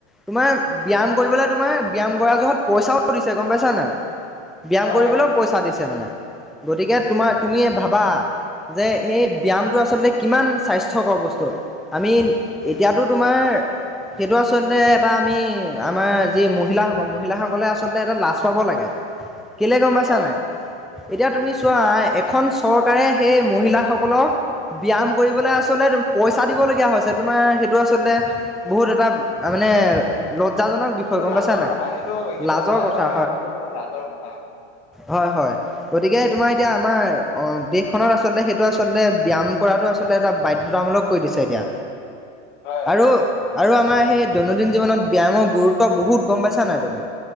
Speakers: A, in the centre; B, on the left.
A: তোমাৰ ব্যায়াম, কৰিবলৈ তোমাৰ ব্যায়াম কৰা জহত, পইচাও দিছে গম পাইছা নাই। ব্যায়াম
B: হয়,
A: কৰিবলৈও
B: হয়,
A: পইচা দিছে মানে, গতিকে তোমাৰ তুমি ভাবা। যে এই ব্যায়ামটো আচলতে কিমা, স্বাস্থ্যকৰ বস্তু। আমি, এতিয়াতো তোমাৰ সেইটো আচলতে এটা আমি, আমাৰ যি মহিলাসকল মহিলাসকলে আচলতে এটা লাজ পাব লাগে। কেলে গম পাইছা
B: হয়।
A: নাই, এতিয়া তুমি চোৱা এক খন, চৰকাৰে সেই মহিলাসকলক ব্যায়াম কৰিবলৈ আচলতে পইচা দিব লগীয়া হৈছে, তোমাৰ সেইটো আচলতে বহুত এটা মানে, লজ্জাজনক বিষয়
B: সেইটো
A: গম
B: লাজৰ
A: পাইছা নাই
B: কথা, সেইটো সেইটো
A: লাজৰ
B: হয়,
A: কথা
B: হয়, সেইটো বৰ লাজৰ কথা।
A: হয়, হয়, গতিকে তোমাৰ
B: উম,
A: এতিয়া আমাৰ অ, দেশখনত আচলতে সেইটো আচলতে, ব্যায়াম কৰাটো আচলতে এটা বাধ্যতামূলক কৰি দিছে এতিয়া।
B: হয়
A: আৰু আৰু আমাৰ সেই দৈনন্দিন জীৱনত, ব্যায়ামৰ গুৰুত্ব বহুত গম পাইছা নাই তুমি?